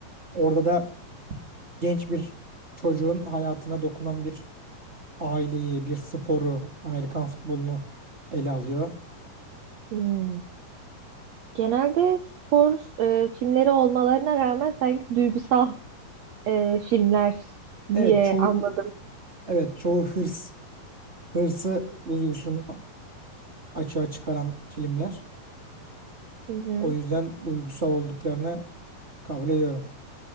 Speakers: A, on the right; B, on the right.
A: Orada da genç bir çocuğun hayatına dokunan bir aileyi, bir sporu, Amerikan futbolunu ele alıyor.
B: hmm. Genelde spor e, filmleri olmalarına rağmen sanki duygusal e, filmler diye
A: Evet, çoğu
B: anladım.
A: evet çoğu hırs, hırsı duygusunu açığa çıkaran filmler.
B: Hı hı.
A: O yüzden duygusal olduklarını kabul ediyorum.